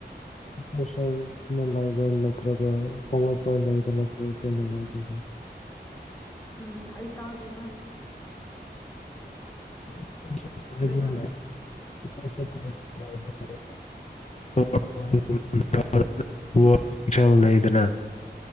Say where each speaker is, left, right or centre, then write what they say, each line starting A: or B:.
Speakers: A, on the left (about 40°); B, on the left (about 20°).
A: ꯋꯥꯁꯔꯨꯝ ꯑꯃꯥ ꯂꯩꯥꯕ꯭ꯔꯥ ꯅꯠꯇ꯭ꯔꯒ ꯄꯋꯥꯔ ꯄꯣꯏꯟ ꯂꯩꯕꯅ <unintelligible>
B: ꯎꯝ ꯑꯩ ꯇꯥꯎꯗꯦꯉꯣ
A: <unintelligible> ꯐꯕꯅ
B: ꯀꯩꯕꯥ
A: ꯂꯩ <unintelligible> <unintelligible> ꯂꯩꯗꯅ